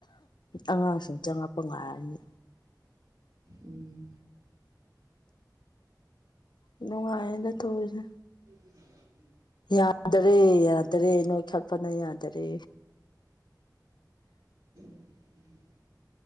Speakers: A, on the left; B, on the right.
A: ꯑꯉꯥꯡꯁꯤꯡ ꯆꯪꯉꯛꯄ ꯉꯥꯏꯔꯅꯤ
B: ꯎꯝ
A: ꯅꯅꯨꯡꯉꯌꯦꯗ ꯊꯖ
B: ꯎ
A: ꯌꯥꯗꯔꯦ ꯌꯥꯗꯔꯦ ꯅꯣꯏ ꯈꯜꯄꯅ ꯌꯥꯗꯔꯦ
B: <unintelligible>